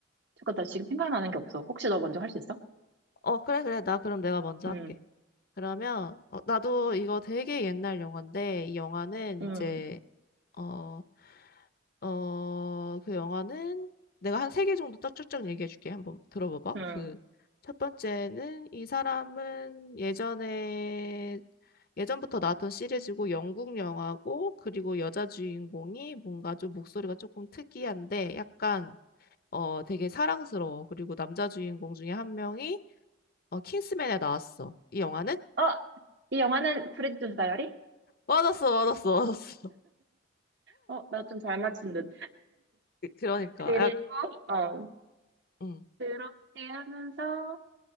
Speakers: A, on the right; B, on the left.
A: 잠깐, 나 지금 생각나는 게 없어. 혹시 너 먼저 할 수 있어?
B: 어, 그래, 그래. 나 그럼 내가 먼저
A: 응,
B: 할게. 그러면, 어, 나도 이거 되게 옛날 영화인데, 이 영화는
A: 응,
B: 이제 어, 어, 그 영화는 내가 한 세 개 정도 딱 쭉쭉 얘기해 줄게. 한번 들어봐봐.
A: 응.
B: 그 첫 번째는 이 사람은 예전에 예전부터 나왔던 시리즈고 영국 영화고 그리고 여자 주인공이 뭔가 좀 목소리가 조금 특이한데 약간 어 되게 사랑스러워. 그리고 남자 주인공 중에 한 명이 어 킹스맨에 나왔어. 이 영화는
A: 어! 이 영화는 프레디 존스 다이어리?
B: 맞았어, 맞았어, 맞았어.
A: 어, 나 좀 잘 맞춘 듯.
B: <laughs> 그- 그러니까
A: 그리고,
B: 약
A: 어,
B: 음.
A: 그렇게 하면서,